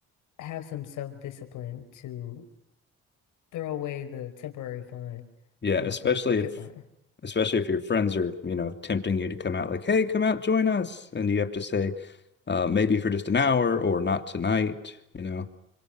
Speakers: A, on the left (about 85°); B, on the left (about 35°).
A: have some self-discipline to throw away the temporary fund,
B: Yeah,
A: you
B: especially
A: know, for the future
B: if
A: fund.
B: especially if your friends are, you know, tempting you to come out like, "Hey, come out, join us," and you have to say, uh, maybe for just an hour or not tonight, you know,